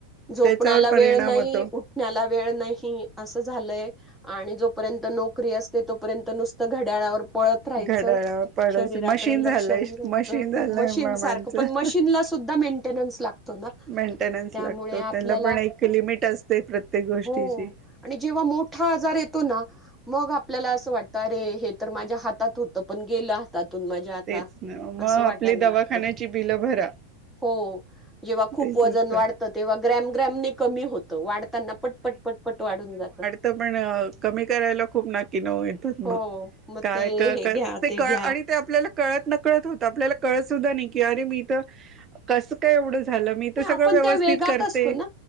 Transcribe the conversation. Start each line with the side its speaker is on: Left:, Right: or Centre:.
Centre: झोपण्याला
Right: त्याच्यावर परिणाम
Centre: वेळ नाही,
Right: होतो
Centre: उठण्याला वेळ नाही. असं झालंय आणि जोपर्यंत नोकरी असते, तोपर्यंत नुसतं घड्याळावर पळत राहायच
Right: घड्याळ पडस
Centre: शरीराकडे
Right: मशीन
Centre: लक्ष
Right: झालंय
Centre: नाही द्यायचं
Right: मशीन झालंय
Centre: मशीन
Right: मा-
Centre: सारखं
Right: माणसं
Centre: पण मशीनला सुद्धा मेंटेनन लागतो ना
Right: मेंटेनन्स
Centre: त्यामुळे
Right: लागतो
Centre: आपल्याला
Right: त्याला पण एक लिमिट असते प्रत्येक गोष्टीची
Centre: हो आणि जेव्हा मोठा आजार येतो ना मग आपल्याला असं वाटतं, अरे हे तर माझ्या हातात होतं पण गेलं त्यातून माझ्या आता
Right: तेच ना मग,
Centre: असं वाटायला
Right: आपली
Centre: लागतं
Right: दवाखान्याची बिलं भरा.
Centre: हो, जेव्हा खूप
Right: तेच
Centre: वजन
Right: असतं
Centre: वाढतं तेव्हा ग्रॅम-ग्रॅमने कमी होत त वाढताना पटपट-पटपट वाढून जातं.
Right: तर पण कमी करायला खूप नाकी नऊ ये मग
Centre: हो मग
Right: काय
Centre: ते
Right: का काय
Centre: हे घ्या
Right: ते क
Centre: घ्या
Right: आणि, ते आपल्याला कळत नकळत होत, आपल्याला कळत सुद्धा नाही की अरे मी तर कसं काय एवढं झालं मी तर
Centre: नाई
Right: सगळं
Centre: आपण
Right: व्यवस्थित
Centre: त्या वेगात
Right: करते
Centre: असतो ना?